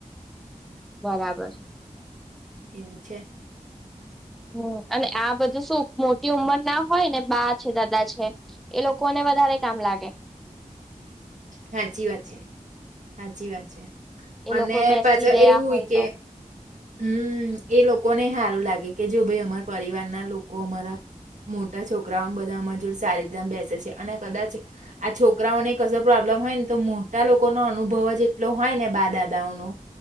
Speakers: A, in the centre; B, on the right.
A: બરાબર
B: એવું છે
A: હમ અને આ બધું શું મોટી ઉંમર ના હોય ને બા છે દાદા છે એ
B: હમ્મ.
A: લોકો ને વધારે કામ લાગે
B: હાચી વાત છે હાચી વાત છે
A: એ
B: અને
A: લોકો બેસી
B: પાછા
A: રહ્યા
B: એવુંય
A: હોય
B: કે
A: તો
B: હમ એ લોકોને સારું લાગે કે જો ભાઈ અમાર પરિવાર ના લોકો અમારા મોટા છોકરાઓને બધા અમજૂર સારીધામ બેસે છે અને કદાચ આ છોકરાઓને ક પ્રોબ્લેમ હોય ને તો મોટા લોકો નો અનુભવ જ એટલો હોય ને બા દાદાઓનો